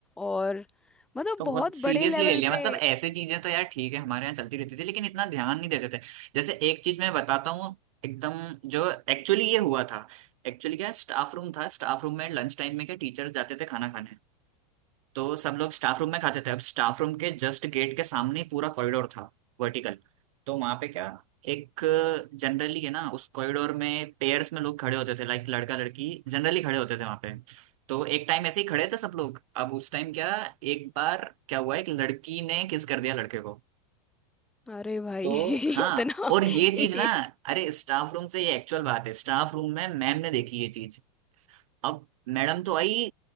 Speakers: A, in the centre; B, on the right.
A: और मतलब
B: तो
A: बहुत
B: बहुत सीरियसली
A: बड़े लेवल
B: ले लिया
A: पे
B: मतलब ऐसी चीजें तो यार ठीक है हमारे यहाँ चलती रहती थी लेकिन इतना ध्यान नहीं देते थे जैसे एक चीज मैं बताता हूँ एकदम जो एक्चुअली ये हुआ था एक्चुअली क्या स्टाफ रूम था स्टाफ रूम में लंच टाइम में क्या टीचर्स जाते थे खाना खाने तो सब लोग स्टाफ रूम में खाते थे अब स्टाफ रूम के जस्ट गेट के सामने ही पूरा कॉरिडोर था वर्टिकल तो वहां पे क्या एक जनरली है ना उस कॉरिडोर में पेयर्स में लोग खड़े होते थे लाइक लड़का लड़की जनरली खड़े होते थे वहां पे तो एक टाइम ऐसे ही खड़े थे सब लोग अब उस टाइम क्या एक बार क्या हुआ एक लड़की ने किस कर दिया लड़के को
A: अरे भाई
B: तो
A: <laughs>
B: हाँ
A: इतना
B: और ये चीज
A: ये
B: ना अरे स्टाफ रूम से ये एक्चुअल बात है स्टाफ रूम में मैम ने देखी ये चीज। अब मैडम तो आई